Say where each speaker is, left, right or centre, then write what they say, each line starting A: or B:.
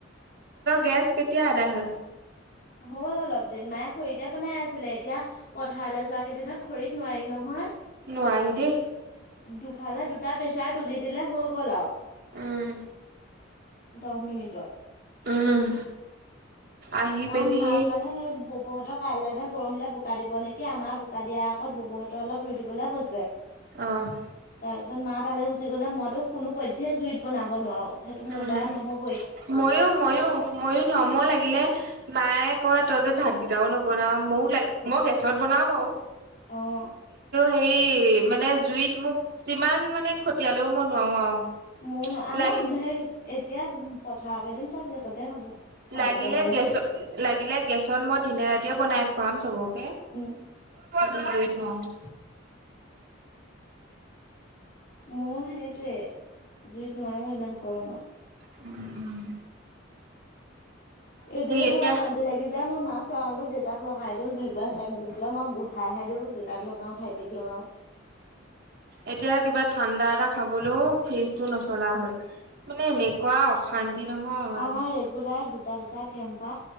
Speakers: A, on the right; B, on the left.
A: গেছ কেতিয়া আদায় হ'ল
B: হ'ল, অলপ দিন মায়ে খৰিতে বনাই আছিলে। এতিয়া, পথাৰলৈ যোৱা কেইদিনত খৰিত নোৱাৰি, নহয়।
A: নোৱাৰি দে।
B: দুফালে দুটা প্ৰেছাৰ তুলি দিলে, হৈ গ'ল, আৰু।
A: উম
B: দহ মিনিটত।
A: উম', আহি
B: অ,
A: পিনি
B: মাক, মানে, সেই বৌহঁতক কাইলে নে পৰহিলে বোকা দিব নেকি? আমাৰ বোকা দিয়াৰ আগতে, বৌহঁতৰ অলপ ৰুই দিবলৈ কৈছে।
A: আহ',
B: তাৰপিছত, মা তালৈ গুচি গ'লে, মইতো কোনো প'ধেই জুইত বনাব নোৱাৰোঁ। সেইটো মোৰ
A: উম
B: দ্বাৰা নহ'ব।
A: ময়ো, ময়ো, ময়ো নোৱাৰোঁ, মই লাগিলে মায়ে কয়, তই যে ভাতকেইটাও নবনা। মইও লাগোঁ। মই গেছত বনাওঁ, বাৰু।
B: আহ।
A: হেই, মানে, জুইত মোক যিমানেই খতিয়াল ল'ব লাগে, মই নোৱাৰোঁ আৰু।
B: মোৰনো, আমাৰ
A: লাগিল
B: সেই এতিয়া পথাৰকেইদিন, চব গেছতে হ'ব। পানীকণলৈকে
A: লাগিলে, গেছত। লাগিলে, গেছত মই দিনে-ৰাতিয়ে বনাই খুৱাম, চবকে।
B: উ।
A: য'ত, ন <unintelligible>
B: মোৰ সেইটোৱেই, জুইত নোৱাৰোঁ, ইমান গৰমত।
A: উম, উম।
B: এইদৰে, বৰ
A: এতিয়া
B: অশান্তি লাগি যায়, মাৰ ম চোৱা, হালও দেউতাক লগাই দিওঁ। জুই কৰা চাই থাকিব লাগে। মই উঠাইহে দিওঁ, দেউতাক লগাওঁ, ভাইটিকো লগাওঁ।
A: এতিয়া, কিবা ঠাণ্ডা এটা খাবলৈও ফ্ৰিজটো নচলা হয়। মানে, এনেকুৱা অশান্তি নহয়।
B: আমাৰ ৰেগুলাৰ দুটা, দুটা কেম্পা।